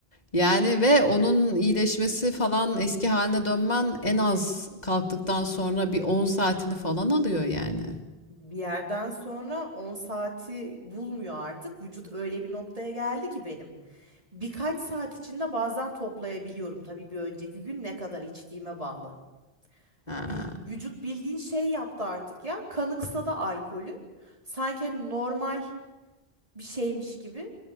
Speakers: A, on the left; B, on the right.
A: Yani ve onun iyileşmesi falan eski haline dönmen en az kalktıktan sonra bir 10 saatini falan alıyor yani.
B: Bir yerden sonra on saati bulmuyor artık. Vücut öyle bir noktaya geldi ki benim. Birkaç saat içinde bazen toplayabiliyorum. Tabii bir önceki gün ne kadar içtiğime bağlı.
A: Ha.
B: Bil- vücut bildiğin şey yaptı artık ya. Kanıksa alkolü. Sanki hani normal bir şeymiş gibi.